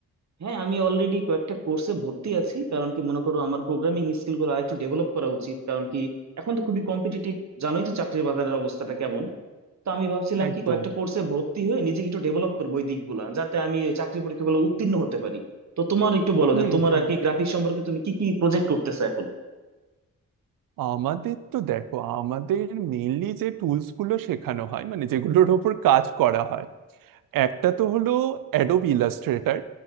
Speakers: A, on the right; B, on the right.
A: হ্যাঁ আমি অলরেডি কয়েকটা কোর্সে ভর্তি আছি কারণ কি মনে করো আমার প্রোগ্রামিং স্কিল গুলো আরেকটু ডেভেলপ করা উচিত কারণ কি এখন তো খুবই কম্পিটিটিভ জানোই তো চাকরির বাজারের অবস্থাটা কেমন তো আমি ভাবছিলাম
B: একদম
A: কি কয়েকটা কোর্সে ভর্তি হয়ে নিজেকে একটু ডেভেলপ করবো ওই দিকগুলা যাতে আমি ওই চাকরি পরীক্ষাগুলো উত্তীর্ণ হতে পারি তো তোমার একটু বলো
B: হুম
A: যে তোমার
B: হুম
A: আর কি গ্রাফিক্স সম্পর্কে তুমি কি কি প্রজেক্ট করতেছো এখন
B: আমাদের তো দেখো আমাদের মেইনলি যে টুলস গুলো শেখানো হয় মানে যেগুলোর ওপর কাজ করা হয় একটা তো হলো অ্যাডোব ইলাস্ট্রেটর